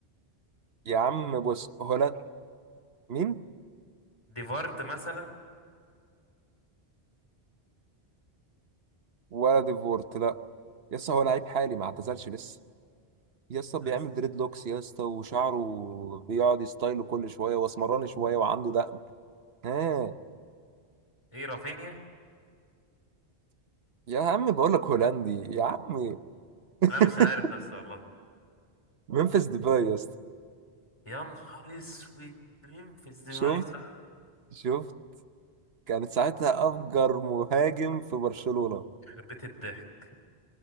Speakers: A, on the right (about 70°); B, on the left (about 30°).
A: يا عم بص هولند مين؟
B: ديفارت مثلا
A: ولا ديفورت لا يسا هو لعيب حالي ما اعتزلش لسه يسا بيعمل
B: أس-
A: دريد لوكس يسا وشعره بيقعد يستايله كل شويه واسمراني شويه وعنده دقن ها
B: ايه رافينيا
A: يا عم بقول لك هولندي يا عم <laughs>
B: لا مش عارف بس والله
A: ممفيس ديباي يا اسطى
B: يا نهار اسود مين في الزفاي
A: شفت
B: صح
A: شفت كانت ساعتها افجر مهاجم في برشلونة
B: يخرب بيت الضحك